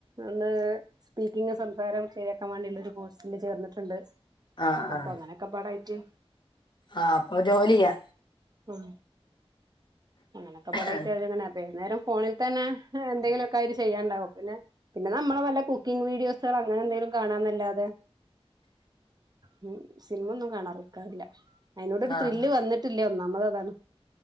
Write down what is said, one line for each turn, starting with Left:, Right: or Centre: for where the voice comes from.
Right: ഒന്ന് സ്പീക്കിങ്ങ് സംസാരം ശെരിയാക്കാൻ വേണ്ടിയുള്ളൊരു കോഴ്സ് അതിന് ചേർന്നിട്ടുണ്ട്
Left: ആഹ്
Right: അപ്പൊ
Left: ആഹ്
Right: അങ്ങനെയൊക്കെ പാടായിട്ട്
Left: ആഹ് അപ്പൊ ജോലി യ്യാ
Right: ഉം അങ്ങനൊക്കെ പാടായിട്ട്
Left: ആഹ്
Right: <unintelligible> വൈകുന്നേരം ഫോണിൽ തന്നെ എന്തെങ്കിലുക്കെആയിട്ട് ചെയ്യാൻണ്ടാവും പ പിന്നെ പിന്നെ നമ്മള് വല്ല കുക്കിംഗ് വീഡിയോസുകൾ അങ്ങനെ എന്തെലും കാണാന്നല്ലാതെ ഉം സിനിമൊന്നും കാണാറ് ക്കാറില്ല അയിനോട് ഒരു
Left: ആഹ്
Right: ത്രില്ല് വന്നട്ടില്ല ഒന്ന നമ്മളതാണ്